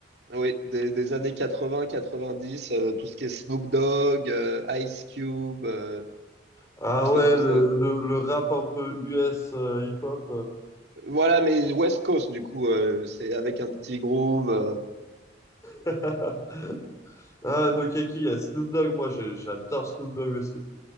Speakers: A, on the right (about 60°); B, on the left (about 15°).
A: Oui, des, des années 80, 90, euh, tout ce qui est Snoop Dogg, euh, Ice Cube, euh,
B: ah
A: tout ça,
B: ouais,
A: tout
B: le,
A: ça.
B: le, le rap un peu US euh, hip-hop. euh.
A: Voilà, mais West Coast, du coup, euh, c'est avec un petit groove. euh.
B: <laughs> Ah, donc, il y a qui? Il y a Snoop Dogg. Moi, j'ai- j'adore Snoop Dogg aussi.